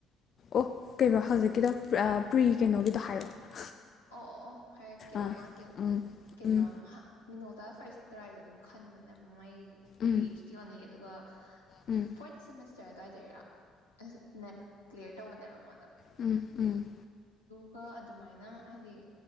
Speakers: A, on the left (about 45°); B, on the left (about 80°).
A: ꯑꯣ ꯀꯩꯕ ꯍꯧꯖꯤꯛꯀꯤꯗꯣ? ꯄ꯭ꯔ ꯄ꯭ꯔꯤ ꯀꯩꯅꯣꯒꯤꯗꯣ ꯍꯥꯏꯔꯛꯑꯣ
B: ꯑꯣ ꯑꯣ ꯑꯣ ꯍꯥꯏꯔꯛꯀꯦꯕ
A: ꯑꯥ
B: ꯃꯥꯁꯦ
A: ꯎꯝ
B: ꯀꯩꯅꯣ
A: ꯎꯝ
B: ꯍꯥ ꯃꯤꯅꯣꯠ ꯇꯥ ꯐꯥꯔꯁꯇ ꯇ꯭ꯔꯥꯏꯗ ꯑꯗꯨꯝ ꯈꯟꯕꯥꯅꯦꯕ ꯃꯩ
A: ꯎꯝ
B: ꯄꯤꯁ ꯇꯤ ꯑꯣꯡꯂꯤ ꯑꯗꯨꯒ ꯐꯣꯔꯊ
A: ꯎꯝ
B: ꯁꯦꯃꯤꯁꯔ ꯆꯔꯦꯗꯥꯏꯗꯩꯔꯥ ꯅꯦꯠ ꯀ꯭ꯂꯤꯌꯥꯌꯦꯠ ꯇꯧꯕꯅꯦꯕ ꯃꯥꯗꯣ
A: ꯎꯝ ꯎꯝ
B: ꯀ ꯑꯗꯨꯃꯥꯏꯅ ꯍꯥꯏꯗꯤ